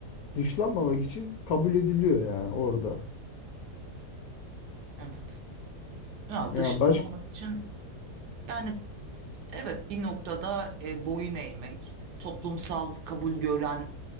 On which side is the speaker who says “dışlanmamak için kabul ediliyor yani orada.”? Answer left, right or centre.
Left